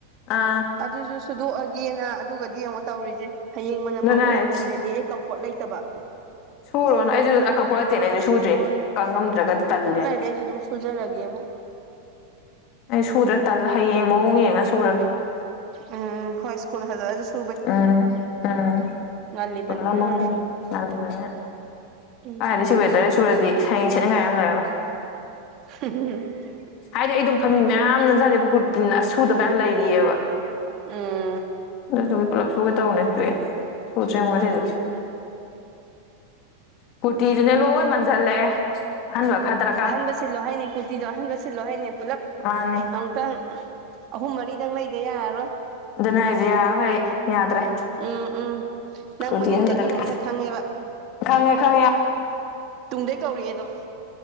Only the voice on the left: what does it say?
ꯑꯥ
ꯑꯗꯨꯅ
ꯍꯥꯏꯁ
ꯁꯨꯔꯣꯅꯣ ꯑꯩꯖꯨ ꯀꯝꯐꯣꯠ ꯂꯩꯇꯦꯅ ꯑꯩꯖꯨ ꯁꯨꯗ꯭ꯔꯤꯟ ꯀꯪ ꯉꯝꯗ꯭ꯔꯒꯗꯤ ꯇꯜꯂꯦꯅ
ꯑꯩ ꯁꯨꯗ꯭ꯔꯦ ꯇꯜꯂꯦ ꯍꯌꯦꯡ ꯃꯑꯣꯡ ꯌꯦꯡꯉ ꯁꯨꯔꯒꯦ
ꯎꯝ ꯎꯝ
ꯁ꯭ꯀꯨꯜ ꯍꯂꯛꯑ ꯃꯑꯣꯡ ꯌꯦꯡ ꯉꯜꯂꯤꯕꯅꯤꯅ
ꯀꯥꯏꯗꯩ ꯁꯤ ꯋꯦꯗꯔ ꯁꯨꯔꯗꯤ ꯍꯌꯦꯡ ꯁꯦꯠꯅꯤꯡꯉꯥꯏ ꯑꯝ ꯂꯩꯔꯔꯣꯏ
ꯍꯥꯏꯗꯤ ꯑꯩ ꯑꯗꯨꯝ ꯐꯝꯃꯤ ꯃꯌꯥꯝ ꯅꯝꯖꯟꯂꯤꯕ ꯀꯨꯔꯇꯤꯅ ꯑꯁꯨꯗꯕ ꯃꯌꯥꯝ ꯂꯩꯔꯤꯑꯦꯕ
ꯑꯗꯨꯗꯨꯒꯤ ꯄꯨꯂꯞ ꯁꯨꯒꯦ ꯇꯧꯕꯅꯦ ꯇꯣꯛꯑꯦ ꯁꯨꯗ꯭ꯔꯦ ꯑꯃꯨꯛ ꯉꯁꯤꯖꯨ
ꯀꯨꯔꯇꯤꯖꯨꯅꯦ ꯂꯣꯢ ꯃꯟꯖꯜꯂꯛ ꯑꯦ ꯑꯍꯟꯕ ꯈꯗ꯭ꯔꯛ
ꯃꯥꯅꯤ
ꯑꯗꯨꯅ ꯍꯥꯏꯖꯦ ꯌꯥꯔꯣꯏ ꯑꯩ ꯌꯥꯗ꯭ꯔꯦ
ꯀꯨꯔꯇꯤ
ꯑꯍꯟꯕ
ꯗꯔꯀꯥꯔ
ꯈꯪꯉꯦ ꯈꯪꯉꯦ ꯌꯥ